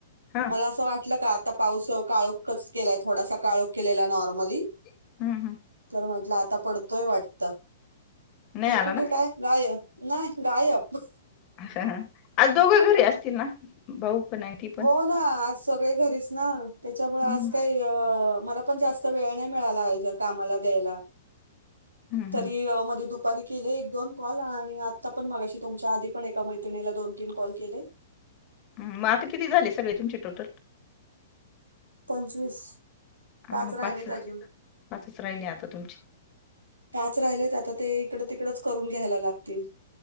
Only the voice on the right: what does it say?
मला असं वाटलं का आता पाऊस काळोखच केलाय थोडासा काळोख केलेला नॉर्मली.
तर म्हटलं आता पडतोय वाटत.
तर
कुठे काय गायब नाही गायब.
हो ना आज सगळे घरीच ना त्याच्यामुळे आज
काय. मला पण जास्त वेळ नाही मिळाला कामाला द्यायला.
तरी
मध्ये दुपारी केले एक दोन कॉल आणि आता पण मगाशी तुमच्या आधी पण एका मै्री. तला दोन तीन कॉल केले.
पंचवीस.
पाच
राहिलेत
अजून
पाच राहिलेत आता ते इकड तिकडच करून घ्यायला लागतील.